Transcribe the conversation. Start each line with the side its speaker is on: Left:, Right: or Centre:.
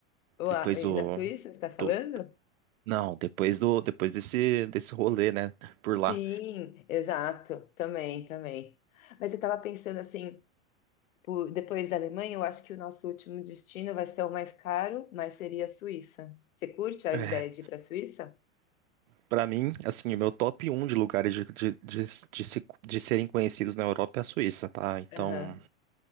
Left: Uau,
Right: Depois
Left: e
Right: do,
Left: na Suíça, você está falando?
Right: do- Não, depois do, depois desse, desse rolê, né? Por
Left: Sim,
Right: lá.
Left: exato, também, também. Mas eu estava pensando assim, por- depois da Alemanha, eu acho que o nosso último destino vai ser o mais caro, mas seria a Suíça. Você curte a
Right: É,
Left: ideia de ir para a Suíça?
Right: pra mim, assim, o meu top um de lugares de, de, de, de se- de serem conhecidos na Europa é a Suíça, tá? Então,
Left: Aham,